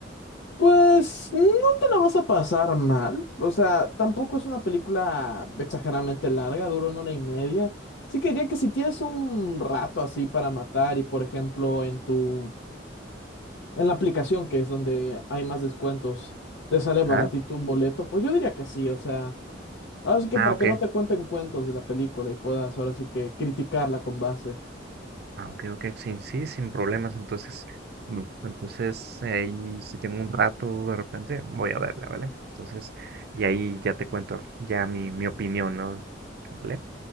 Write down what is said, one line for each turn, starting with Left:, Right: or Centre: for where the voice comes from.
Left: Pues no te la vas a pasar mal. O sea, tampoco es una película exageradamente larga, dura una hora y media. Sí que diría que si tienes un rato así para matar y por ejemplo en tu en la aplicación que es donde hay más descuentos, te sale baratito
Right: Ah,
Left: un boleto, pues yo diría que sí, o sea, ahora sí que
Right: ah,
Left: para
Right: ok.
Left: que no te cuenten cuentos de la película y puedas ahora sí que criticarla con base.
Right: Ah, ok, ok, sí, sí, sin problemas. Entonces, mm, entonces ahí si tengo un rato de repente, voy a verla, ¿vale? Entonces, y ahí ya te cuento ya mi, mi opinión, ¿no? ¿Vale?